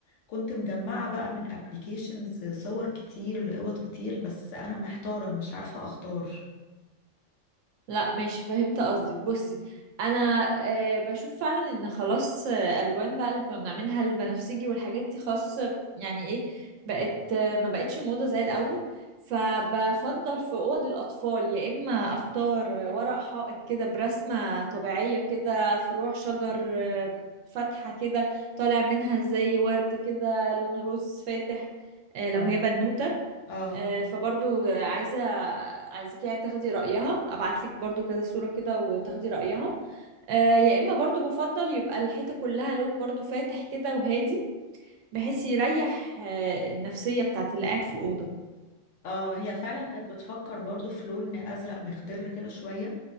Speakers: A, on the left; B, on the right.
A: كنت مجمعة بقى من ابليكيشنز صور كتير لقوط كتير بس انا محتارة مش عارفة اختار
B: لا ماشي فهمت قصدك بصي انا آه بشوف فعلا ان خلاص آه، الوان بقى اللي كنا بنعملها البنفسجي والحاجات دي خلاص آه، يعني ايه بقت آه، ما بقتش موضة زي الاول فبفضل في اوض الاطفال يا اما اختار ورق حائط كده برسمة طبيعية كده فروع شجر آه، فاتحة كده طالع منها زي ورد كده لون روز فاتح آه،
A: اه
B: لو هي بنوتة
A: اه
B: آه، فبرضو آه، عايزة عايزك يعني تاخدي رأيها ابعتلك برضو كذا صورة كده وتاخدي رأيها آه، يا اما برضو بفضل يبقى الحيطة كلها لون برضو فاتح كده وهادي بحيث يريح آه، النفسية بتاعت اللي قاعد في الأوضة
A: اه هي فعلا كانت بتفكر برضو في لون ازرق مخضر كده شوية